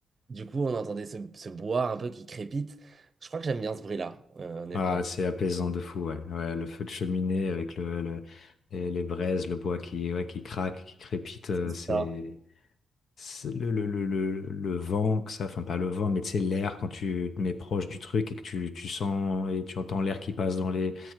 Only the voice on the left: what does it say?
Ah, c'est apaisant de fou, ouais. Ouais, le feu de cheminée avec le, le- les, les braises, le bois qui, ouais, qui craque, qui crépite, euh,
c'est
c'est le, le, le, le, le vent que ça, enfin pas le vent, mais tu sais, l'air quand tu te mets proche du truc et que tu, tu sens et tu entends l'air qui passe dans les,